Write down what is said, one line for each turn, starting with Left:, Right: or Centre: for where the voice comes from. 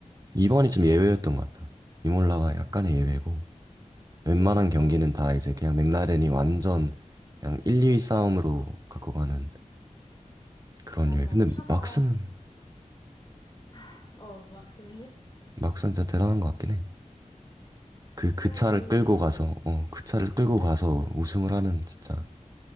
Right: 이번이 좀 예외였던 것 같아. 이몰라가 약간의 예외고 웬만한
Left: 응,
Right: 경기는
Left: 맞아. 이-
Right: 다 이제 그냥 맥라렌이 완전 그냥 1, 2위 싸움으로 갖고 가는 그런
Left: 맞아.
Right: 유예 근데
Left: 차가,
Right: 막스는
Left: 하, 어, 막스웰?
Right: 막상 진짜 대단한 것 같긴 해. 그,
Left: 차가
Right: 그 차를
Left: 그 모양이어도,
Right: 끌고 가서, 어, 그 차를 끌고
Left: 맞아.
Right: 가서 우승을 하는 진짜,